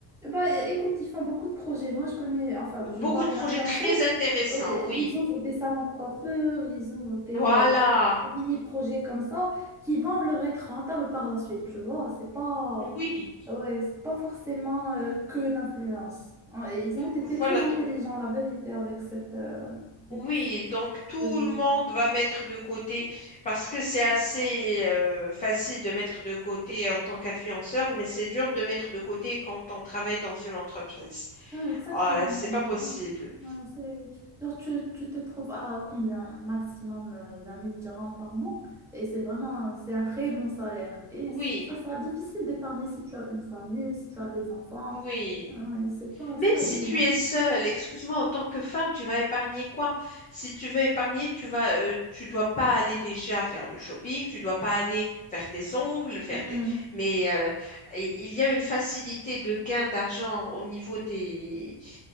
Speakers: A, in the centre; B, on the left (about 20°).
A: Bah, é- écoute, ils font beaucoup de projets. Moi, je connais, enfin, je
B: Beaucoup
A: vois
B: de
A: une
B: projets
A: influenceuse.
B: très intéressants,
A: Oui,
B: oui.
A: ils ouvrent des salons de coiffure, ils ouvrent des,
B: Voilà,
A: euh, des- mini-projets comme ça qui vont leur être rentables par la suite, tu vois. C'est pas,
B: oui,
A: ouais, c'est pas forcément euh, que l'influence. Ouais, Ils ont été
B: voilà.
A: très intelligents, la vérité, avec cette, euh,
B: Oui,
A: ce- ce-
B: donc tout
A: de-
B: le monde va mettre de côté parce que c'est assez euh, facile de mettre de côté en tant qu'influenceur, mais c'est dur de mettre de côté quand on travaille dans une entreprise.
A: Ah, exactement.
B: Euh, c'est pas possible.
A: Ouais. Ouais, c'est... Genre, tu, tu te trouves à combien? Maximum euh, 20 000 dirhams par mois. Et c'est vraiment, c'est un très bon salaire. Et
B: Oui,
A: ça sera difficile d'épargner si tu as une famille, si tu as des enfants.
B: oui.
A: Ouais, c'est pas,
B: Même
A: c'est pas
B: si
A: évident.
B: tu es seule, excuse-moi, en tant que femme, tu vas épargner quoi? Si tu veux épargner, tu vas, euh, tu dois pas aller déjà faire du shopping, tu dois pas aller faire tes ongles, faire
A: Hmm,
B: tes... Mais euh, et- il y a une facilité de gain d'argent au niveau des